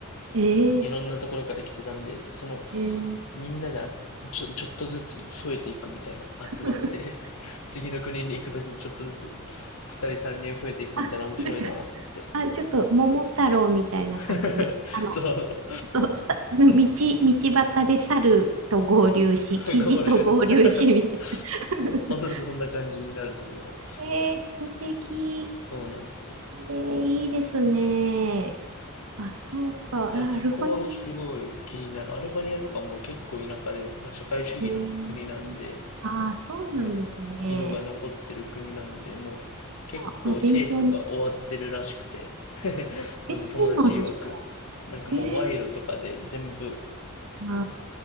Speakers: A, on the right; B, on the left.
A: ええ
B: いろんなところから来てたんで、その、
A: ええ
B: みんなであちょ、ちょっとずつ増えていくみたいな、
A: <laughs>
B: 集まって <laughs> 次の国に行くときにちょっとずつ、二人三人増えていくみたいな面白いなと思って。
A: あ、なんか、あ、ちょっと、桃太郎みたいな感じで。
B: <laughs>
A: あの、
B: そう、
A: そう、さ、道、道端で猿と合流し、キジと合流し、
B: 合流で
A: みたい
B: <laughs>
A: な。
B: ほんとそんな感じになると思う。
A: <laughs> ええ素敵。
B: そうなんですよ。
A: ええいいですね。あ、そうか。
B: だからそこはすごい気になる。
A: あ、アルバニア。
B: アルバニアとかも結構田舎で、まあ、社会主義の国なんで、
A: ええあそうなんですね。
B: の色が残ってる国なんで、もう結構政府が終わってるらしくて、
A: あ、あ勉強に
B: <laughs> その友達曰く、
A: え、そうなんですか。
B: なんかもう賄賂とかで全部、
A: ええあ